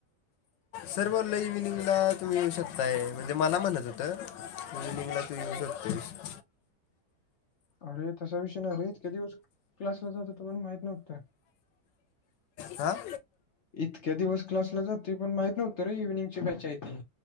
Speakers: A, on the left (about 85°); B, on the left (about 60°).
A: सर बोलले इव्हिनिंगला तुम्ही येऊ शकताय म्हणजे मला म्हणत होतं इव्हिनिंगला तीन सत्तावीस
B: अरे तसा विषय नाही रेे इतक्या दिवस क्लासला जात होतो पण माहित नव्हतं.
A: <unintelligible> आ
B: इतक्या दिवस क्लासला जातोय पण माहित नव्हतं रे इव्हिनिंगची बॅच आहे ती